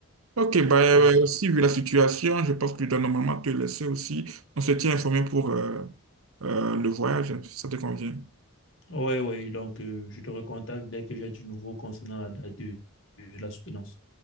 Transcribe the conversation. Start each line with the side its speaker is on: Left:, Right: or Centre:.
Right: Ok, bah, euh,
Left: Oui.
Right: aussi, vu la situation, je pense que je dois normalement te laisser aussi. On se tient informé pour euh, euh, le voyage, si ça te convient.
Left: Oui, oui, donc euh, je te recontacte dès que j'ai du nouveau concernant la date de de la soutenance.